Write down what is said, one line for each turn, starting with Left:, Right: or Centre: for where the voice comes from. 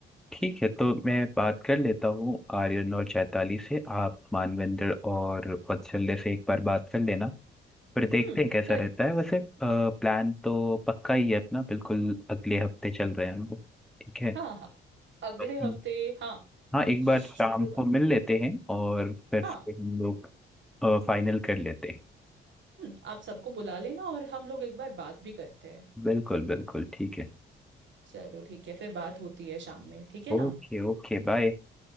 Centre: ठीक है तो मैं बात कर लेता हूँ आर्यन और चैताली से आप मानवेंद्र और वत्सल्य से एक बार बात कर लेना फिर देखते
Right: हम्म
Centre: हैं कैसा
Right: कल
Centre: रहता है वैसे प्लान तो पक्का ही है अपना बिल्कुल अगले हफ्ते चल रहे हैं हम लोग ठीक है
Right: हाँ हाँ अगले
Centre: हम्म,
Right: हफ्ते हाँ
Centre: हाँ एक
Right: शुक्रवार
Centre: बार शाम को मिल लेते हैं और फिर
Right: हाँ
Centre: से हम लोग फाइनल कर लेते हैं
Right: हम्म आप सबको बुला लेना और हम लोग एक बार बात भी करते हैं
Centre: बिल्कुल बिल्कुल ठीक है
Right: चलो ठीक है फिर बात होती है शाम में ठीक है
Centre: Okay
Right: ना
Centre: okay bye